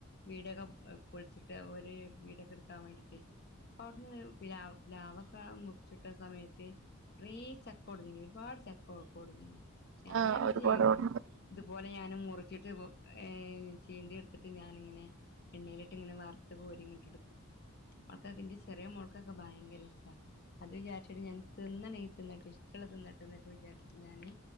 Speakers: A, on the left; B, on the right.
A: വീടൊക്കെ പൊളിച്ചിട്ട് ഓല് വീടൊക്കെ എടുക്കാൻ വേണ്ടിട്ട് ഇപ്പൊ അവിടുന്ന് പിലാവ- പിലാവക്കെ മുറിച്ചിട്ട- ട്ട സമയത്ത് കൊറേ ചക്ക കൊടു നീന് ഒരുപാട് ചക്ക കൊടുന്നീന്. ഞൻ
B: ആഹ്
A: എന്ത്
B: ഒരുപാട്
A: ചെയ്യും.
B: കൊണ്ടന്ന്
A: ഇതുപോലെ ഞാനും മുറിച്ചിട്ട് ഏഹ് ചിന്തി എടുത്തിട്ട് ഞാനിങ്ങനെ. എണ്ണയിലിട്ട് ഇങ്ങനെ വറുത്തു കോരി ഇങ്ങട്ടെടുക്കും. മക്കൾക്ക് ഇന്റെ ചെറിയ മോൾക്കൊക്കെ ഭയങ്കര ഇഷ്ടാ. അത് വിചാരിച്ചിട്ട് ഞാൻ തിന്നണേ തിന്നട്ടേ ഇഷ്ടള്ള തിന്നട്ടേ എന്നൊക്കെ വിചാരിച്ചട്ട് ഞാന്.